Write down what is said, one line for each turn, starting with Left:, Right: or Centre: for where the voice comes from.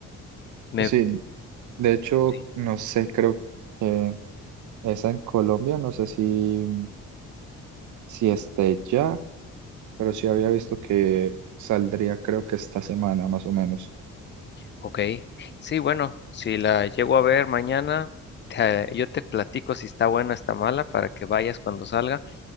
Left: Me,
Right: Sí, de hecho,
Left: sí,
Right: no sé, creo que esa en Colombia, no sé si, si esté ya, pero sí había visto que saldría, creo que esta semana, más o menos.
Left: ok, sí, bueno, si la llego a ver mañana, te- yo te platico si está buena, está mala, para que vayas cuando salga.